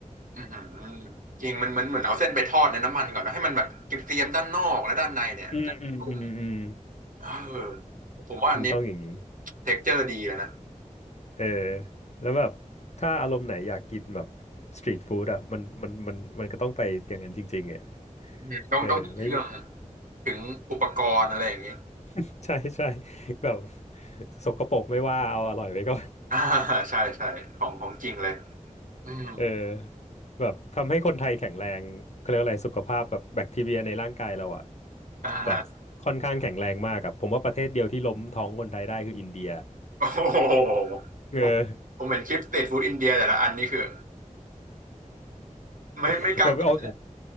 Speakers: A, on the right; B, on the left.
A: อือหือจริงมันเหมือนเหมือนเอาเส้นไปทอดในน้ำมันก่อนนะให้มันแบบเกรียมๆด้านนอกและด้านในเนี่ยจะนุ่ม
B: อืมอืมอืมอืม
A: เออผมว่าอันนี้
B: มันต้องอย่างนี้
A: เท็กซ์เจอร์ดีแลวนะ
B: เออแล้วแบบถ้าอารมณ์ไหนอยากกินแบบสตรีทฟู้ดอ่ะมันมันมันมันก็ต้องไปอย่างนั้นจริงๆอ่ะ
A: อืมต้องต้องถึงเครื่อง
B: เออ ไม่
A: ถึงอุปกรณ์อะไรอย่างนี้
B: <laughs> ใช่ใช่แบบสกปรกไม่ว่าเอาอร่อยไว้ก่อน
A: อ่าใช่ใช่ของของจริงเลยอืม
B: เออแบบทำให้คนไทยแข็งแรงเขาเรียกว่าอะไรสุขภาพแบบแบคทีเรียในร่างกายเราอ่ะ
A: อ่า
B: แบบค่อนข้างแข็งแรงมากอะผมว่าประเทศเดียวที่ล้มท้องคนไทยได้คืออินเดีย
A: โอ้โหผมผมเห็นคลิปสตรีทฟู้ดอินเดียแต่ละอันนี่คือ
B: เออ
A: ไม่ไม่กล้ากินเลย
B: <laughs> แบบเอา